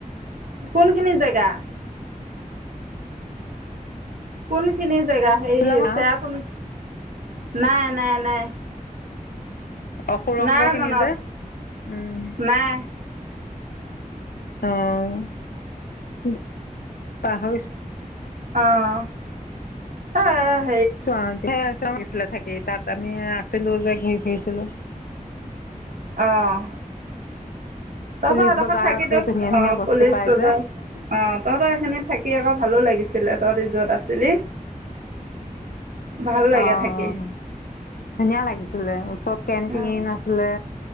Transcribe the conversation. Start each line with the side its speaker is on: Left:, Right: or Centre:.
Right: কোনখিনি জেগা। কোন খিনি। জেগা সেই
Left: শ্বিলঙৰ
Right: চেয়াপু- নাই নাই নাই।
Left: অ সুৰংগ
Right: নাই
Left: খিনি
Right: মনত
Left: যে উম
Right: নাই
Left: অ'। পাহৰিছোঁ।
Right: অ' - অ'। অই
Left: চোৱা- ঢেৰ আছে <unintelligible> ছিলে থাকি। তাত আমি আ ছিলোঁ যে, ঘুৰি ফুৰিছিলোঁ।
Right: অ'। তহঁতৰ
Left: পুলিচ
Right: এদখত
Left: বজাৰত
Right: থাকি
Left: যে
Right: তত
Left: ধুনীয়া ধুনীয়া
Right: অ'
Left: বস্তু
Right: পলিচ
Left: পাই
Right: বজাৰ-
Left: যে
Right: অ' তহঁতৰ সেখিনিত থাকি আকৌ ভালো লাগি ছিলে, তহতি য'ত আছিলি ভাল লাগে
Left: অ'।
Right: থাকি
Left: ধুনীয়া লাগিছিলে। ওচৰত কেন্টিন
Right: অঁ
Left: আছিলে।